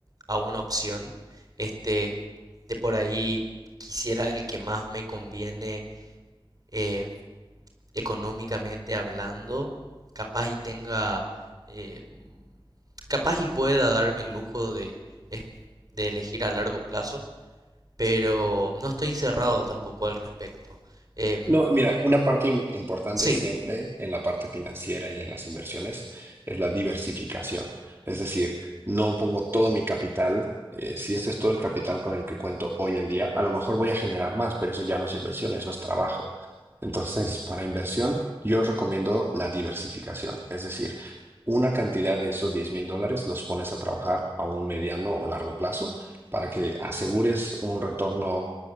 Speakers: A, on the right (about 45°); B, on the right (about 25°).
A: a una opción. Este, de por ahí quisiera el que más me conviene eh, económicamente hablando, capaz y tenga, eh, capaz y pueda darme el lujo de, es- de elegir a largo plazo. pero no estoy cerrado tampoco al respecto. Em,
B: No, mira, una parte im- importante
A: sí,
B: siempre en la parte financiera y en las inversiones es la diversificación. Es decir, no pongo todo mi capital. eh, si este es todo el capital con el que cuento hoy en día, a lo mejor voy a generar más, pero eso ya no es inversión, eso es trabajo. Entonces, para inversión, yo recomiendo la diversificación. Es decir, una cantidad de esos diez mil dólares los pones a trabajar a un mediano o largo plazo para que asegures un retorno